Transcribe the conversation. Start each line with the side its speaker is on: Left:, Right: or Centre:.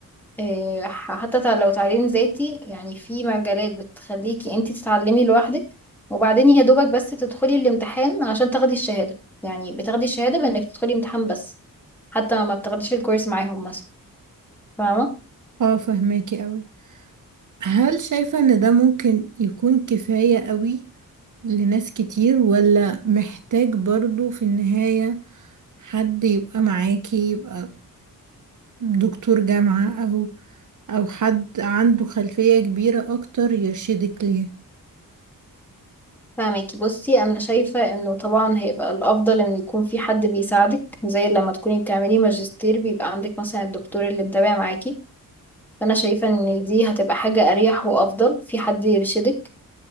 Centre: آه، ح- حتى تع- لو تعليم ذاتي يعني في مجالات بتخليكي انت تتعلمي لوحدك وبعدين يا دوبك بس تدخلي الامتحان عشان تاخدي الشهادة يعني بتاخدي الشهادة بانك تدخلي امتحان بس حتى ما بتاخديش الكورس معاهم مثلا فاهمة
Right: اه فهماكي قوي هل شايفة ان ده ممكن يكون كفاية قوي لناس كتير ولا محتاج برضو في النهاية حد يبقى معاكي يبقى دكتور جامعة او او حد عنده خلفية كبيرة اكتر يرشدك ليه
Centre: فاهمك بصي انا شايفه انه طبعا هيبقى الافضل ان يكون في حد بيساعدك زي لما تكوني بتعملي ماجستير بيبقى عندك مثلا الدكتور اللي متابع معاكي فانا شايفه ان دي هتبقى حاجه اريح وافضل في حد يرشدك